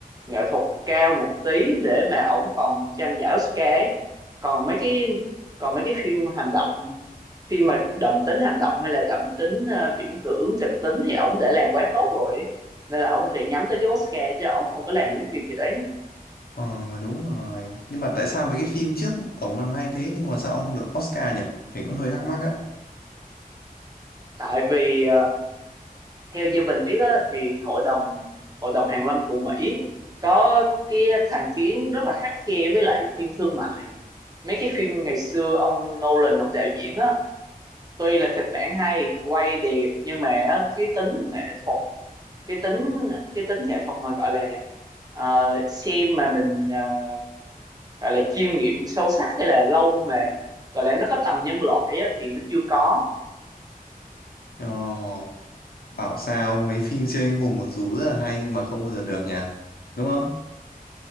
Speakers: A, on the right; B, on the left.
A: nghệ thuật cao một tí để mà ổng còn tranh giải Oscar ấy. còn mấy cái còn mấy cái phim hành động khi mà đậm tính hành động hay là đậm tính ờ, viễn tưởng kịch tính thì ổng đã làm quá tốt rồi nên là ổng phải nhắm tới cái Oscar chứ ổng không có làm mấy phim kiểu đấy
B: ờ đúng rồi nhưng mà tại sao mấy cái phim trước ổng làm hay thế nhưng mà sao ông không được Oscar nhỉ mình cũng hơi thắc mắc á
A: tại vì ờ, theo như mình biết á, thì hội đồng hội đồng hàn lâm của Mỹ có cái thành kiến rất là khắt khe với lại phim thương mại mấy cái phim ngày xưa ông Nolan ông đạo diễn á tuy là kịch bản hay quay đẹp nhưng mà á, cái tính nghệ thuật cái tính cái tính nghệ thuật mà gọi là ờ, xem mà mình ờ, gọi là chiêm nghiệm sâu sắc hay là lâu mà gọi là nó có tầm nhân loại á, thì nó chưa có
B: ờ bảo sao mấy phim siêu anh hùng mặc dù rất là hay nhưng mà không bao giờ được nhỉ đúng không